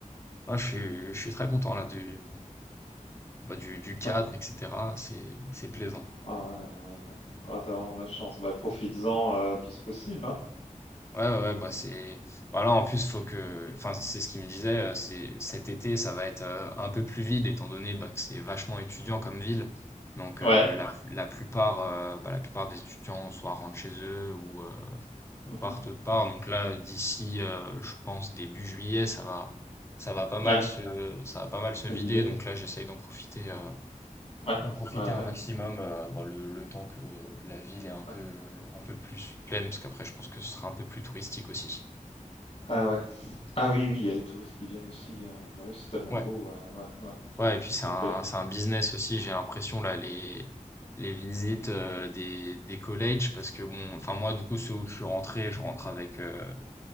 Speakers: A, on the left (about 20°); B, on the left (about 50°).
A: moi, je suis, je suis très content là du, bah, du, du cadre,
B: Ouais.
A: etc. C'est, c'est plaisant.
B: Ah, ouais, ouais, ouais. Ah, t'as vraiment de la chance. Bah, profites-en euh, plus possible. hein.
A: Ouais, ouais, ouais, bah c'est. Voilà, en plus, faut que. Enfin, c'est ce qu'il me disait, euh, c'est cet été, ça va être euh, un peu plus vide, étant donné bah, que c'est vachement étudiant comme ville. Donc
B: Ouais.
A: euh, la, la plupart euh, bah, la plupart des étudiants soit rentrent chez eux ou, euh, ou
B: Mhm.
A: partent autre part. Donc là, d'ici, euh, je pense, début juillet, ça va ça va pas mal
B: Ouais.
A: se ça va pas mal se
B: C'est
A: vider.
B: vidé.
A: Donc là, j'essaye d'en profiter. euh,
B: Ouais.
A: d'en profiter
B: Ouais,
A: un
B: ouais.
A: maximum euh, bah, le, le temps que la ville est un
B: ouais.
A: peu un peu plus pleine parce qu'après je pense que ce sera un peu plus touristique aussi.
B: Ah, ouais. Ah, oui, oui, il y a les touristes qui viennent aussi. euh, bah oui, c'est tellement
A: Ouais.
B: beau. Ouais, ouais, ouais.
A: Ouais, et puis c'est
B: Ok.
A: un c'est un business aussi, j'ai l'impression là les les visites euh, des des collèges parce que bon enfin moi du coup ceux où je suis rentré, je rentre avec euh,